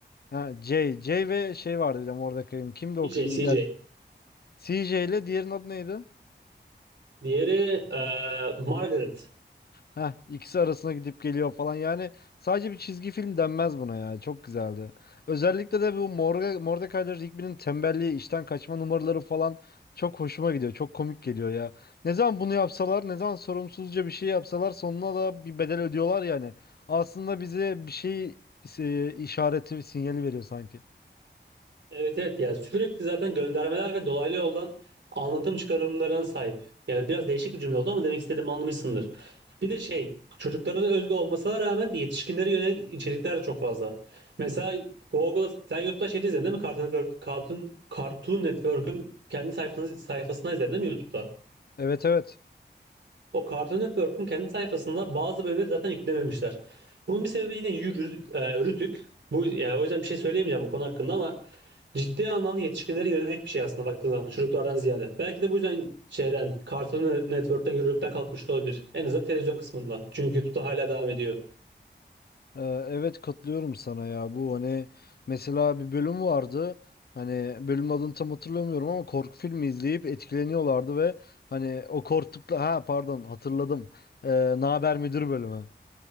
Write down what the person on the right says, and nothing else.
DJ,
CJ.
Diğeri eee, Margaret.
Evet evet yani sürekli zaten göndermeler ve dolaylı yoldan anlatım çıkarımlarına sahip. Yani biraz değişik bir cümle oldu ama demek istediğimi anlamışsındır. Bir de şey çocuklara da özgü olmasına rağmen yetişkinlere yönelik içerikler de çok fazla. Mesela Google'da sen YouTube'da şey izledin değil mi? Cartoon Network, Cartoon, Cartoon Network'ün kendi sayfasını, sayfasından izledin değil mi YouTube'da?
O Cartoon Network'ün kendi sayfasında bazı bölümleri zaten yüklememişler. Bunun bir sebebi yine yürü, e, Rütük. Bu, yani o yüzden bir şey söyleyemeyeceğim bu konu hakkında ama ciddi anlamda yetişkinlere yönelik bir şey aslında baktığın zaman çocuklardan ziyade. Belki de bu yüzden şeyden Cartoon Network'ten yürürlükten kalkmış olabilir. En azından televizyon kısmında. Çünkü YouTube'da hala devam ediyor.